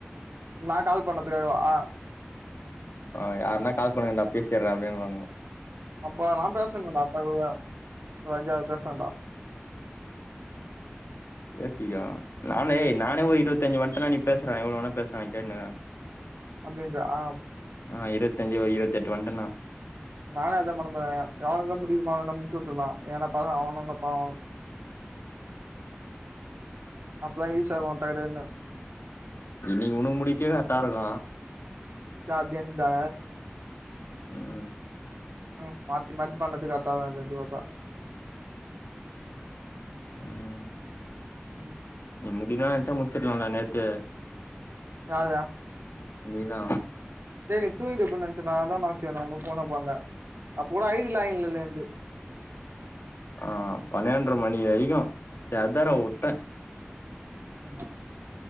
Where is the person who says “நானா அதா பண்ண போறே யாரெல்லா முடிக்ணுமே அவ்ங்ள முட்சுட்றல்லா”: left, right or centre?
Right